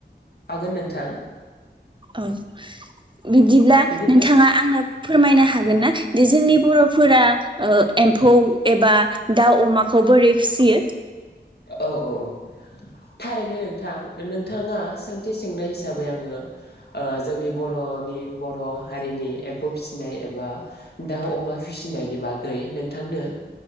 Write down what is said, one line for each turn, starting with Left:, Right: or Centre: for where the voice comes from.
Left: हागोन नोंथां
Right: औ बिब्दिब्ला
Left: बिदिब्ला
Right: नोंथाङा आंनो फोरमायनो हागोन ना दि जोंनि बर'फोरा एम्फौ एबा दाउ अमाखौ बोरै फिसियो
Left: औ औ औ थारैनो नोंथां नोंथाङा सोंथि सोंनाय हिसाबै आङो जोंनि बर'नि बर' हारिनि एम्फौ फिसिनाय एबा दाउ अमा फिसिनायनि बागै नोंथांनो